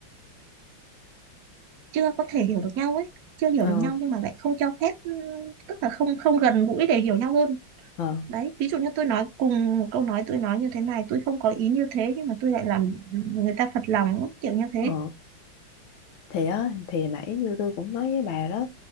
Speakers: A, on the right; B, on the left.
A: chưa có thể hiểu được nhau ấy chưa hiểu
B: ờ
A: được nhau nhưng mà lại không cho phép ừ, tức là không không gần gũi để hiểu nhau hơn
B: ờ
A: đấy ví dụ như tôi nói cùng một câu nói tôi nói như thế này tôi không có ý như thế nhưng mà tôi lại làm người ta phật lòng ấy, kiểu như thế
B: ờ thì á thì nãy như tôi cũng nói với bà đó